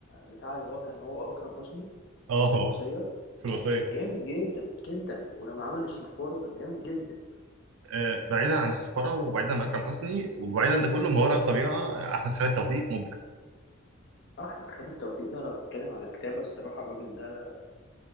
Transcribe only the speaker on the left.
بتاع اللي هو كان هو اكرم حسني
في الوصية
كان
كان جامد جدا جدا ولما عمل السفارة كان جامد جدا
آه، احمد خالد توفيق بقى لو هتتكلم على كتابة الصراحة الراجل ده